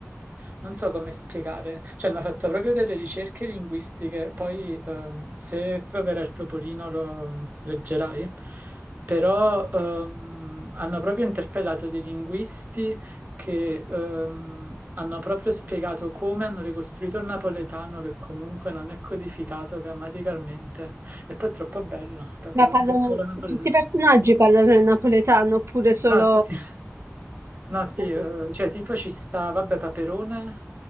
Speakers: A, on the right (about 35°); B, on the right (about 65°).
A: non so come spiegare, cioè hanno fatto proprio delle ricerche linguistiche, poi ehm, se proverà il Topolino lo mm, leggerai, però ehm, hanno proprio interpellato dei linguisti che ehm, hanno proprio spiegato come hanno ricostruito il napoletano che comunque non è codificato grammaticalmente. E poi è troppo bello, Paperone
B: Ma parlano,
A: che parla napoletano.
B: tutti i personaggi parlano il napoletano oppure solo...
A: No, sì, sì. No, sì,
B: eh,
A: eh, cioè tipo ci sta, vabbè, Paperone,